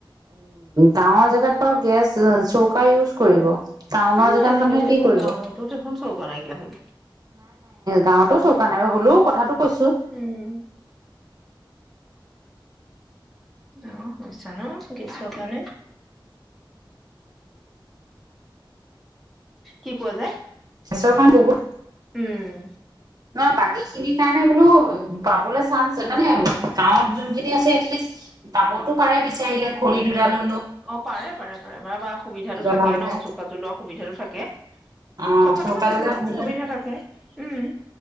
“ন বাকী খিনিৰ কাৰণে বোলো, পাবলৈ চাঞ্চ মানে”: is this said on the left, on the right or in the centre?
Right